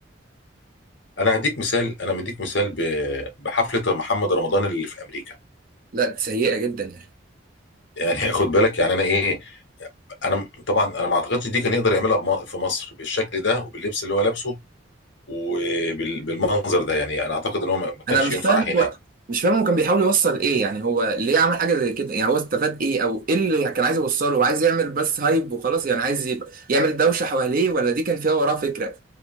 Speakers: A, on the left; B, on the right.
A: انا هديك مثال انا مديك مثال ب- بحفله محمد رمضان اللي في امريكا
B: لا سيئه جدا يعني
A: يعني <laughs> خد بالك يعني انا ايه انا طبعا انا ما اعتقدش دي كان يقدر يعملها بم- في مصر بالشكل ده وباللبس اللي هو لابسه وبالمنظر ده يعني انا اعتقد ان هو ما ما كانش
B: انا مش
A: ينفع
B: فاهم
A: هنا
B: هو
A: يعني.
B: مش فاهم هو كان بيحاول يوصل ايه يعني هو ليه عمل حاجه زي كده يعني هو استفاد ايه او ايه اللي كان عايز يوصله هو عايز يعمل بس هايب وخلاص يعني عايز يبقى يعمل دوشه حواليه ولا دي كان فيها وراه فكره